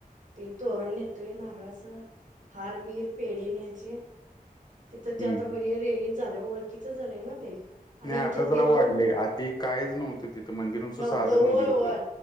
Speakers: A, on the right (about 55°); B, on the left (about 25°).
A: ते तोरण नेतोय नारळाचं हारबिर पेढ न्यायचे. तिथ ते
B: हम्म
A: आता हे रे हे चालू झालंय ओळखीच झालंय ना ते. आणि
B: नाही
A: आमच्या
B: आता जरा
A: ते
B: वाढलेय
A: दोन
B: आधी कायच नव्हतं तिथं मंदिरनुसत
A: नव्हतं
B: साधं मंदिर
A: होय होय
B: होतं.